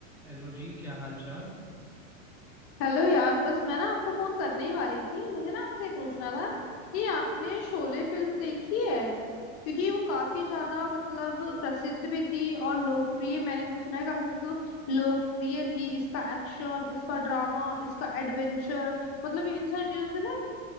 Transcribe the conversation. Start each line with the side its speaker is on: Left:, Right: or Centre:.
Centre: Hello जी क्या हाल चाल
Left: Hello यार बस मैं ना आपको फोन करने ही वाली थी मुझे ना आपसे पूछना था कि आपने शोले फिल्म देखी है क्योंकि वो काफी ज्यादा मतलब प्रसिद्ध भी थी और लोकप्रिय मैंने तो सुना है काफी मतलब लोकप्रिय थी इसका एक्शन इसका ड्रामा इसका एडवेंचर मतलब ये इन सारी चीजों से ना